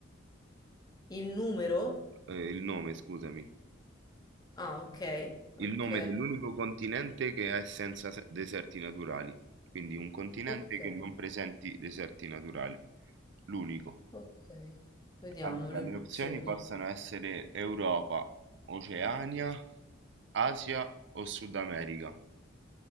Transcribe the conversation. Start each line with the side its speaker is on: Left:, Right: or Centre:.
Left: il numero?
Right: Eh, il nome, scusami.
Left: Ah, ok, ok,
Right: Il nome dell'unico continente che è senza se- deserti naturali. Quindi un continente
Left: ok.
Right: che non presenti deserti naturali. L'unico.
Left: Ok, vediamo
Right: Allora,
Left: le
Right: le opzioni
Left: opzioni.
Right: possono essere Europa, Oceania, Asia o Sud America.